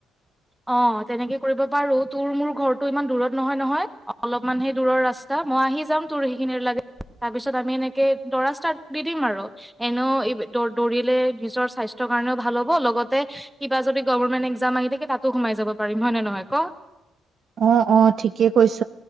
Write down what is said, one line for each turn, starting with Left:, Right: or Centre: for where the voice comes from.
Centre: অ তেনেকে কৰিব পাৰো। তোৰ মোৰ ঘৰটো ইমান দূৰত নহয় নহয়, অলপমান সেই দূৰৰ ৰাস্তা। মই আহি যাম তোৰ সেইখিনিৰ লেগে, তাৰপিছত আমি এনেকে দ'ৰা ষ্টাৰ্ট দি দিম আৰু এনেও দ-দৌৰিলে নিজৰ স্বাস্থ্যৰ কাৰণেও ভাল হ'ব, লগতে কিবা যদি গভৰ্ণমেণ্ট এক্সাম আহি থাকে তাত তো সোমাই যাব পাৰিম হয় নে নহয় ক?
Right: অ', অ', ঠিকে কৈছ